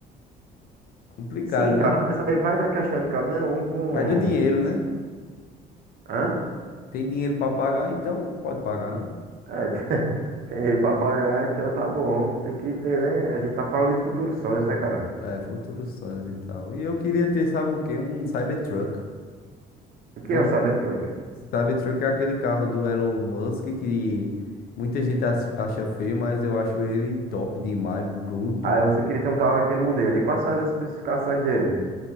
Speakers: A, on the left (about 60°); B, on the right (about 60°).
A: Complicado,
B: Sim,
A: né?
B: cara, mas aí vai da questão de cada um com...
A: Vai do dinheiro, né?
B: Hã?
A: Tem dinheiro pra pagar, então pode pagar, né?
B: É, <laughs> tem dinheiro pra pagar, então tá bom. Tem que ter, né? A gente tá falando de futuros sonhos, né, cara?
A: É, é, futuros sonhos e tal. E eu queria ter, sabe o quê? Um Cybertruck.
B: O que
A: Todo
B: é o Cybertruck?
A: mundo. Cybertruck é aquele carro do Elon Musk que muita gente ach- acha feio, mas eu acho ele top demais, bruto.
B: Aí você queria ter um carro daquele modelo. E quais são as especificações dele?